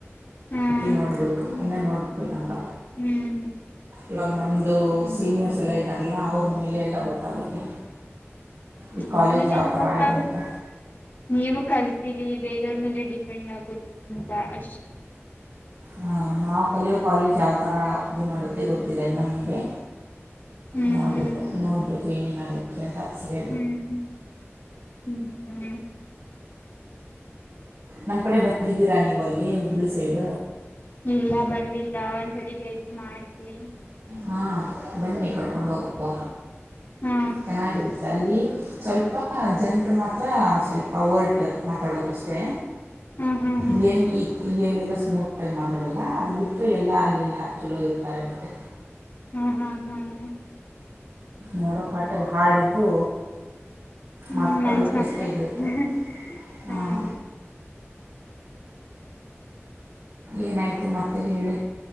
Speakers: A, on the left (about 45°); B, on the right (about 70°).
A: ಹ್ಮ್
B: ನೋಡ್ಬೇಕು ಇನ್ನ ನೋಡ್ಬೇಕಂತ
A: ಹ್ಮ್
B: ಇವಾಗ ನಮ್ದು ಸೀನಿಯರ್ಸ್ ಎಲ್ಲ ಇದ್ದಾರಲ್ಲ ಅವ್ರ ಮೇಲೆ ಎಲ್ಲ ಗೊತ್ತಾಗುತ್ತೆ ಈ ಕಾಲೇಜ್
A: ಅವ್ಮೇಲೆ
B: ಯಾವ
A: ಏನ್
B: ಥರ
A: ಗೊತ್ತಗೋದು
B: ಇದೆ ಅಂತ
A: ನೀವು ಕಲ್ತೀರಿ ಬೇರೆಯವ್ರ ಮೇಲೆ ಡಿಪೆಂಡ್ ಆಗೋದಕ್ಕಿಂತ ಅಷ್ಟು
B: ಹಾ ನಾವು ಕಲಿಯೋ ಕಾಲೇಜ್ ಯಾವ ತರ ಇದು ಮಾಡುತ್ತೆ ಗೊತ್ತಿಲ್ಲ ಇನ್ನು ಮುಂದೆ
A: ಹ್ಮ್
B: ನೋಡ್ಬೇಕು ನೋಡ್ಬೇಕು ಏನೇನು ಆಗುತ್ತೆ ಅಂತ ಸರಿ
A: ಹ್ಮ್ ಹ್ಮ್ ಹ್ಮ್
B: ನಮ್ ಕಡೆ ಬಂದಿದ್ದೀರಾ ನೀವು ಅಲ್ಲಿ ಹುಬ್ಳಿ ಸೈಡ್
A: ಇಲ್ಲ ಬಂದಿಲ್ಲ ಒಂದ್ಸರಿ ಭೇಟಿ ಮಾಡ್ತಿನೀ
B: ಹಾ ಬನ್ನಿ ಕರ್ಕೊಂಡು ಹೋಗುವ
A: ಹಾ
B: ಚೆನ್ನಾಗಿರುತ್ತೆ ಅಲ್ಲಿ ಸ್ವಲ್ಪ ಜನರು ಮಾತ್ರ ಸ್ವಲ್ಪ ಓಲ್ಟ್ ಮಾತಾಡೋಕ್ಕಷ್ಟೇ
A: ಹ್ಮ್ ಹ್ಮ್ ಹ್ಮ್
B: ನೀ ಇ <unintelligible> ಇಲ್ಲಿ ಹಂಗೆಲ್ಲ ಸ್ಮೂತಾಗಿ ಮಾತಾಡಲ್ಲ ಅದು ಬಿಟ್ಟರೆ ಎಲ್ಲ ಅಲ್ಲಿ ಯೆಲ್ಲಾ ಚಲೋ ಇರ್ತಾರೆ ಮತ್ತೆ
A: ಹ್ಮ ಹ್ಮ ಹ್ಮ್
B: ನೋಡೋಕಾಟೆ ಹಾಡಿದ್ರು
A: ಹ್ಮ್
B: ಮಾತಾಡೋಕ್ಕೆಷ್ಟ
A: ನನ್ಸ ಮಾತ್ರ
B: ಇದತ್ತ
A: ಸಿದೆ ಹಾ
B: ಹ ಏನಾಯಿತು ಮತ್ತೆ ಹೇಳಿ